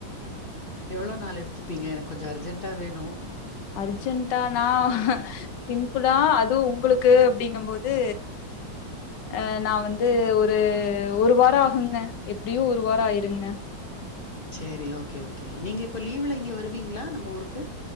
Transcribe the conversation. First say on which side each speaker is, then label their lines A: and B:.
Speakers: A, on the left; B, on the left.
A: எவ்ளோ நாள் எடுத்துப்பீங்க எனக்கு கொஞ்சம் அர்ஜென்ட்டா வேணும்
B: அர்ஜென்டானா சிம்பிளா அதுவும் உங்களுக்கு அப்படிங்க போது அ நா வந்து ஒரு ஒரு வாரம் ஆகுங்க எப்படியும் ஒரு வாரம் ஆயிருங்க
A: சேரி ஓகே ஓகே நீங்க இப்ப லீவ்ல இங்க வருவீங்களா நம்ம ஊருக்கு